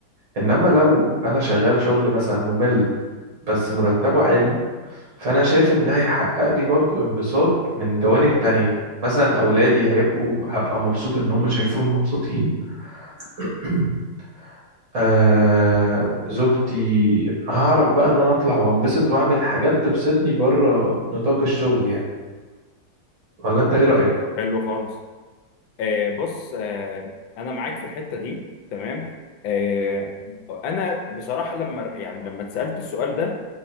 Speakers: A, on the right; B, on the left.
A: انما لو انا شغال شغل مثلا ممل بس مرتبه عالي فانا شايف ان ده هيحقق لي برضو انبساط من جوانب تانية مثلا اولادي هيبقوا هبقى مبسوط ان هم شايفهم مبسوطين <clears throat> آه زوجتي هعرف بقى ان انا اطلع وانبسط واعمل حاجات تبسطني بره نطاق الشغل يعني ولا انت ايه رأيك
B: حلو خالص آه بص آه انا معاك في الحته دي تمام آه انا بصراحه لما يعني لما اتسالت السؤال ده